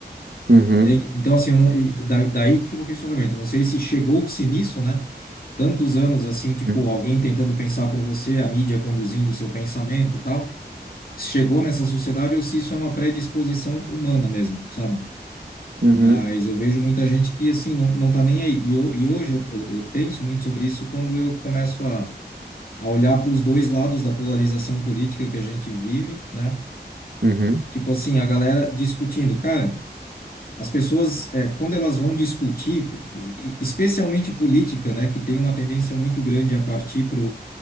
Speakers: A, on the right; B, on the left.
A: uhum.
B: Entende? Então, assim, eu não, e da- daí que fica o questionamento. Eu não sei se chegou-se nisso, né? Tantos anos, assim, tipo,
A: uhum.
B: alguém tentando pensar por você, a mídia conduzindo o seu pensamento e tal. Chegou nessa sociedade ou se isso é uma predisposição humana mesmo, sabe?
A: Uhum,
B: Mas eu vejo muita gente que, assim, não, não tá nem aí. E, eu, e hoje eu, eu, eu penso muito sobre isso quando eu começo a, a olhar para os dois lados da polarização política que a gente vive, né?
A: uhum,
B: Tipo assim, a galera discutindo. Cara, as pessoas, é, quando elas vão discutir, e- e- especialmente política, né? Que tem uma tendência muito grande a partir para